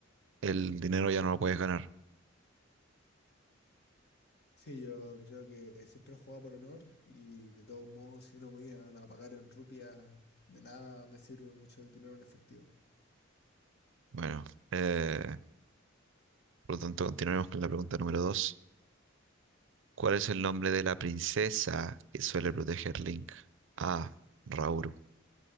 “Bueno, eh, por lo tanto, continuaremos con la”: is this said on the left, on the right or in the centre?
Right